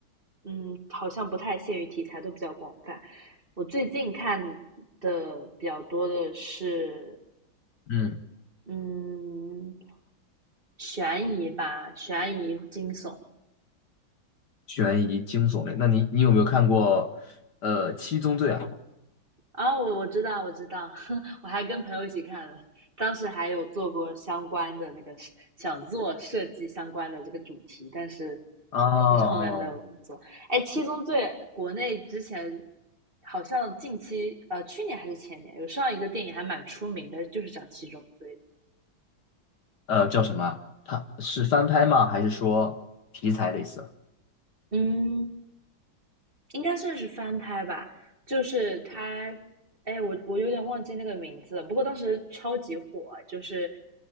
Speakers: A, on the right; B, on the left.
A: 嗯，好像不太限于题材，都比较广泛。我最近看的比较多的是，
B: 嗯，
A: 嗯，悬疑吧，悬疑惊悚。
B: 悬疑惊悚类。那你你有没有看过呃《七宗罪》啊？
A: 啊，我我知道，我知道，<laughs> 我还跟朋友一起看了，当时还有做过相关的那个想做设计相关的这个主题，但是
B: 哦，
A: 但是后面没有做。哎，《七宗罪》国内之前好像近期呃去年还是前年有上一个电影还蛮出名的，就是讲七宗罪的。
B: 呃，叫什么啊？它是翻拍吗？还是说题材类似
A: 嗯，应该算是翻拍吧，就是他，哎，我我有点忘记那个名字了，不过当时超级火，就是